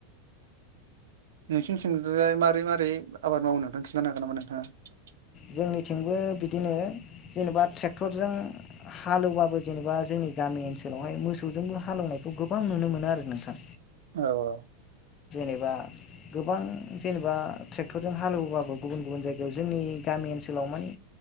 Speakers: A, on the right; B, on the left.
A: नोंसिनि थिंनिफ्राय मारोरै मारोरै आबाद मावनो दां खिन्थानो हागोन नामा नोंथाङा?
B: जोंनिथिंबो बिदिनो जेनेबा ट्रेक्टरजों हालोवबाबो जेनेबा जोंनि गामि ओनसोलावहाय मोसौजोंबो हालेवनायखौ गोबां नुनो मोनो आरो नोंथां।
A: औ औ।
B: एबा गोबां जेनेबा ट्रेक्टरजों हालोवबाबो गुबुन गुबुन जायगायाव जोंनि गामि ओनसोलाव माने